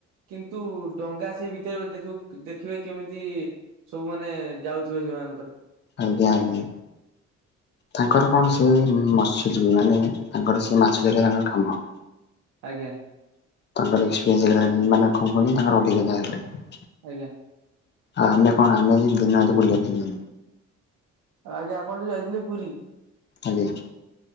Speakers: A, on the right; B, on the left.
A: କିନ୍ତୁ ଡଙ୍ଗା ସେଇ ଭିତରେ ଦେଖିବେ କେମିତି ସବୁମାନେ ଯାଉଥିବେ ସେଇ ମାନଙ୍କରେ।
B: ଆଜ୍ଞା ଆଜ୍ଞା। ତାଙ୍କର କଣ ସେ ମତ୍ସ୍ୟ ମାନେ ତାଙ୍କର ସେ ମାଛ ଧରିବା ତାଙ୍କର କାମ।
A: ଆଜ୍ଞା।
B: ତାଙ୍କର ଏକ୍ସପିରିନ୍ସ ହେଇଗଲାଣି। ମାନେ କଣ କୁହନି ତାଙ୍କର ଅଭିଜ୍ଞତା ହେଇଗଲାଣି।
A: ଆଜ୍ଞା।
B: ଆମେ କଣ, ଆମେ ଏଇ ଦିନ ରାତି ବୁଲିବା ପାଇଁ ଯା
A: ଆଜ୍ଞା ଆପଣ ଯଉ ଯାଇଥିଲେ ପୁରୀ।
B: ଆଜ୍ଞା।